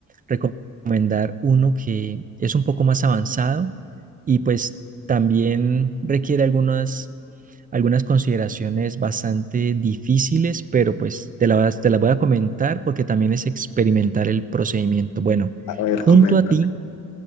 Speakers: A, on the right; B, on the left.
A: recomendar uno que es un poco más avanzado y pues también requiere algunas algunas consideraciones bastante difíciles, pero pues te las, te las voy a comentar porque también es experimentar el procedimiento. Bueno,
B: A ver,
A: junto
B: coméntame.
A: a ti